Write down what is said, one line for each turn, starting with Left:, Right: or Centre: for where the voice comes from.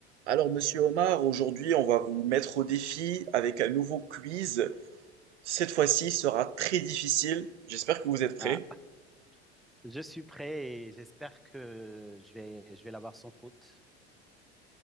Right: Alors, monsieur Omar, aujourd'hui, on va vous mettre au défi avec un nouveau quiz. Cette fois-ci il sera très difficile. J'espère que vous êtes prêts.
Centre: Ah, je suis prêt et j'espère que je vais, je vais l'avoir sans faute.